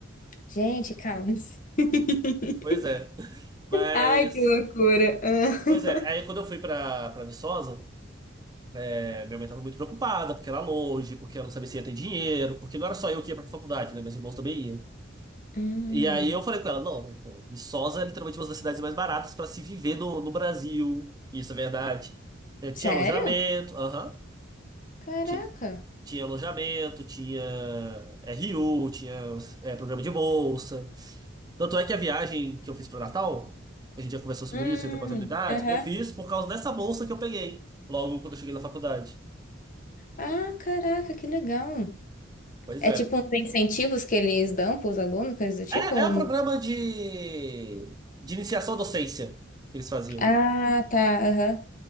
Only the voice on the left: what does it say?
Gente, calma. <laughs>
Ai, que loucura. <laughs>
Ah.
Hum,
sério?
Caraca.
Hum,
aham.
Ah, caraca, que legal.
É
tipo uns incentivos que eles dão para os alunos, coisas do tipo?
ou
não?
Ah, tá. Aham.